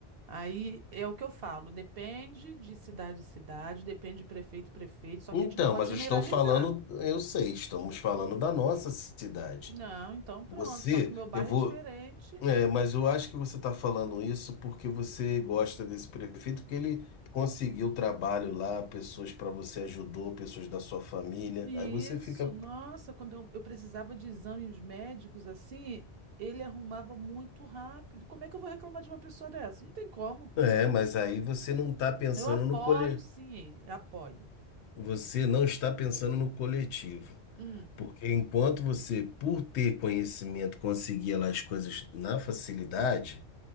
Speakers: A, on the right (about 65°); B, on the left (about 80°).
A: Aí é o que eu falo, depende de cidade em cidade, depende de prefeito e prefeito, só
B: Então,
A: que a gente não pode
B: mas
A: generalizar.
B: eu estou falando, eu sei, estamos falando
A: Hum.
B: da nossa cidade.
A: Não, então pronto,
B: Você,
A: só que o meu bairro
B: eu vou.
A: é diferente.
B: É, mas eu acho que você está falando isso porque você gosta desse prefeito, porque ele conseguiu trabalho lá, pessoas para você ajudou, pessoas da sua família.
A: Isso,
B: Aí você fica.
A: nossa, quando eu, eu precisava de exames médicos assim, ele arrumava muito rápido. Como é que eu vou reclamar de uma pessoa dessa? Não tem como.
B: É, mas aí você não está pensando
A: Eu apoio
B: no cole...
A: sim ele, apoio.
B: Você não está pensando no coletivo.
A: Hum.
B: Porque enquanto você, por ter conhecimento, conseguia lá as coisas na facilidade,